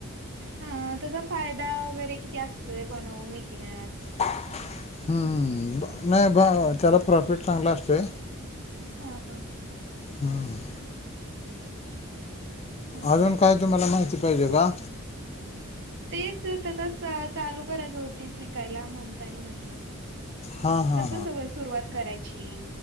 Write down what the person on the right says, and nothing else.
अ त्याचा फायदा वगैरे किती असतोय बनवून विकण्यात?
आंहां.
हम्म
तेच तसंच चालू करायचं होतीच विकायला, म्हणतानी म्हंटलं.
कसं सगळं सुरुवात करायची?